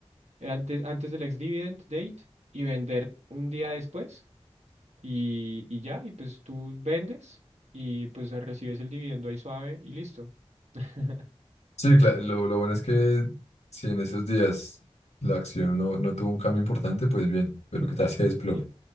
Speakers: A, on the right; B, on the left.
A: antes, antes del ex dividend date y vender un día después y, y ya, y pues tú vendes y pues recibes el dividendo ahí suave y listo. <laughs>
B: Sí, claro, lo, lo bueno es que si en esos días la acción no, no tuvo un cambio importante, pues bien, pero que tal se desplome.
A: Sí.